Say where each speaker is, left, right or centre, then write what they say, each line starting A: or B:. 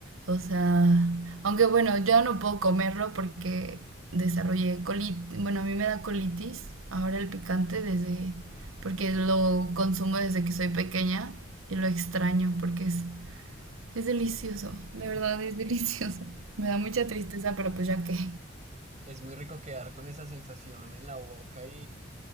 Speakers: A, on the right; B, on the right.
A: O sea, aunque bueno, yo no puedo comerlo porque desarrollé colitis, bueno, a mí me da colitis, ahora el picante desde, porque lo consumo desde que soy pequeña y lo extraño porque es, es delicioso, de verdad
B: <laughs>
A: es delicioso. <laughs> Me da mucha
B: Eh,
A: tristeza, pero pues ya que...
B: Es muy rico quedar con esa sensación en la boca y,